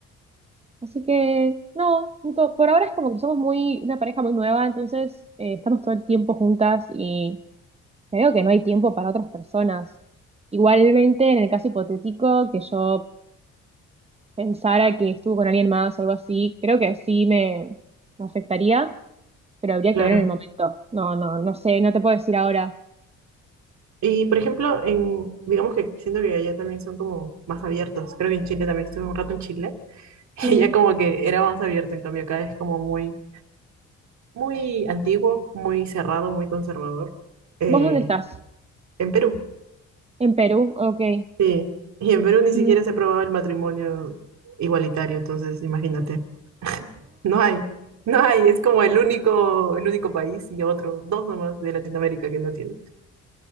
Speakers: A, on the right; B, on the right.
A: así que no, junto- por ahora es como que somos muy, una pareja muy nueva, entonces eh, estamos todo el tiempo juntas y creo que no hay tiempo para otras personas. Igualmente, en el caso hipotético, que yo pensara que estuve con alguien más o algo así, creo que sí me, me afectaría, pero habría
B: Claro.
A: que ver en el momento. No, no, no sé, no te puedo decir ahora.
B: Y por ejemplo, en, digamos que siento que allá también son como más abiertos. Creo que en Chile también estuve un rato en Chile. <laughs>
A: Mm,
B: Y ya como que era más abierto, en cambio acá es como muy, muy antiguo, muy cerrado, muy conservador. Eh,
A: ¿Vos dónde estás?
B: en Perú,
A: En Perú, ok.
B: sí. Y en Perú ni
A: ¡Wow!
B: siquiera se aprobaba el matrimonio igualitario, entonces imagínate. No hay, no hay, es como el único, el único país y otro, dos nomás de Latinoamérica que no tienen.